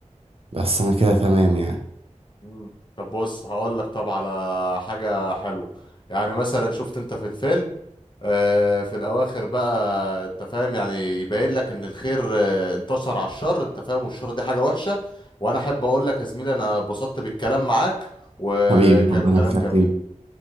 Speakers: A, on the right; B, on the left.
A: بس أنا كده تمام يعني
B: مم. طب بص هقول لك طب على حاجه حلوه يعني مثلا شفت انت في الفيلم آه، في الاواخر بقى انت فاهم يعني يبين لك ان الخير آه، انتصر على الشر انت فاهم والشر دي حاجه وحشه وانا احب اقول لك يا زميلي انا اتبسطت بالكلام معاك وكان
A: حبيبي ربنا
B: كلام
A: يخليك
B: جميل